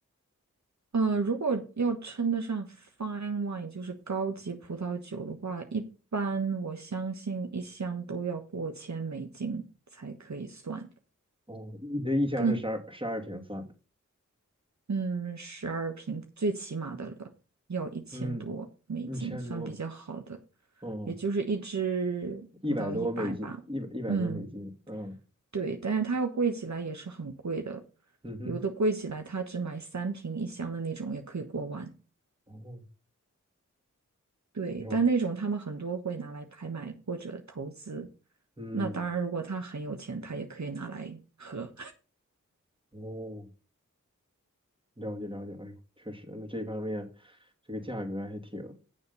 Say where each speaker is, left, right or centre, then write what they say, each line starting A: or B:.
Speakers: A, on the right; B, on the right.
A: 呃，如果要称得上 fine wine，就是高级葡萄酒的话，一般我相信一箱都要过千美金才可以算，
B: 哦，你这一箱是十二十二瓶算的，
A: 更嗯，十二瓶最起码的了，要一千多美金算比较好的，
B: 嗯，一千多，哦，
A: 也就是一支不到一百吧。
B: 一百多美金，一百一百多美金，
A: 嗯，
B: 嗯
A: 对，但是它要贵起来也是很贵的，
B: 嗯哼，
A: 有的贵起来它只买三瓶一箱的那种也可以过万。
B: 哦，
A: 对，
B: 有，
A: 但那种他们很多会拿来拍卖或者投资。
B: 嗯，
A: 那当然，如果他很有钱，他也可以拿来 <laughs> 喝。
B: 哦，了解了解，哎呦，确实，那这方面这个价格还挺。